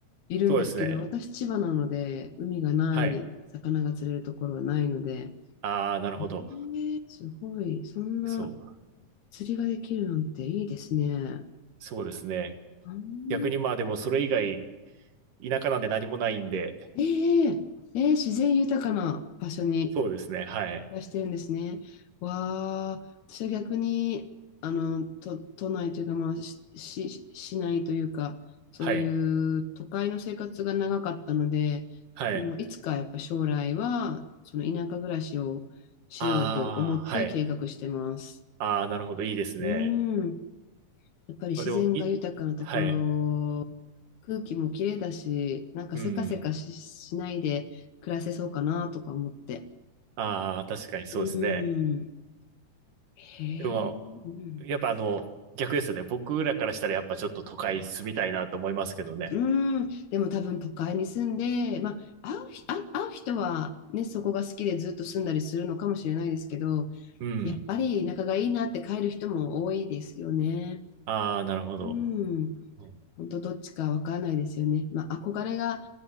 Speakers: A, on the left; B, on the right.
A: いるんですけど、
B: そうですね。
A: 私千葉なので海がない、
B: はい。
A: 魚が釣れるところはないので、
B: ああ、なるほど。
A: えーすごい、そんな
B: そう。
A: 釣りができるなんていいですね。
B: そうですね。
A: うん
B: 逆にまあでもそれ以外、田舎なんで何もないんで、
A: ええええ自然豊かな場所に
B: そうですね。はい。
A: らしてるんですね。わあ、私は逆に、あの、都、都内というか、まあ、し、し市内というか、そういう都会の生活が長かったので、
B: はい。はい。
A: あの、いつかやっぱ将来は、その田舎暮らしをしようと思って計画してます。
B: ああ、はい。ああ、なるほど。いいですね。
A: うーん。やっぱり自然が豊かなところ、
B: まあでも、い、はい。
A: 空気も綺麗だし、なんかせかせかし、
B: うん。
A: しないで暮らせそうかなとか思って。
B: ああ、確かにそうですね。
A: うーん。へえ、
B: でも、
A: うん、
B: やっぱあの、逆ですよね。僕らからしたらやっぱちょっと都会住みたいなと思いますけどね。
A: うん、うーんでも多分都会に住んで、まあ、会うひ、あ、会う人は、ね、そこが好きでずっと住んだりするのかもしれないですけど、
B: うん。
A: やっぱり仲がいいなって帰る人も多いですよね。
B: ああ、なるほど。
A: うん、
B: うん。
A: 本当どっちかわからないですよね。まあ、憧れが